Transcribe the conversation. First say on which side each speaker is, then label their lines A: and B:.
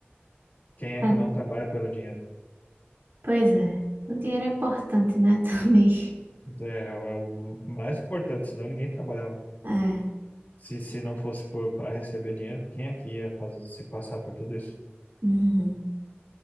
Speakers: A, on the left (about 45°); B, on the right (about 60°).
A: Quem é
B: É,
A: que não trabalha pelo dinheiro?
B: pois é, o dinheiro é importante, né? <laughs> Também.
A: É, o é o mais importante, senão ninguém trabalhava.
B: É.
A: Se, se não fosse por, para receber dinheiro, quem é que ia fazer, se passar por tudo isso?
B: Uhum.